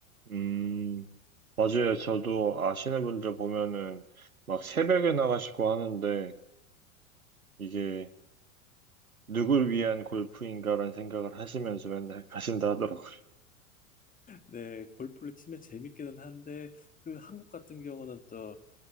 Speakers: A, on the right; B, on the left.
A: 음, 맞아요. 저도 아시는 분들 보면은 막 새벽에 나가시고 하는데 이게 누굴 위한 골프인가라는 생각을 하시면서 맨날 가신다 하더라고요.
B: 네, 골프를 치면 재밌기는 한데 그 한국 같은 경우는 또